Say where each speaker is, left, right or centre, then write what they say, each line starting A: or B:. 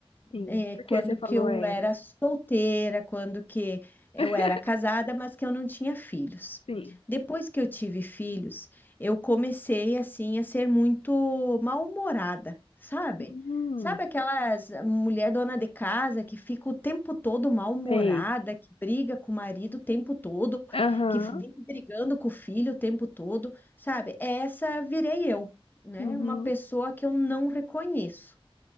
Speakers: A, on the left (about 65°); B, on the left (about 20°).
A: sim.
B: é,
A: Porque
B: quando
A: você falou
B: que eu
A: era.
B: era solteira, quando que eu
A: <laughs>
B: era casada, mas que eu não tinha filhos.
A: Sim.
B: Depois que eu tive filhos, eu comecei assim a ser muito mal-humorada, sabe?
A: Hum,
B: Sabe aquelas mulher dona de casa que fica o tempo todo mal-humorada,
A: sei.
B: que briga com o marido o tempo todo,
A: Aham,
B: que vive brigando com o filho o tempo todo, sabe? Essa virei eu, né?
A: uhum,
B: Uma pessoa que eu não reconheço.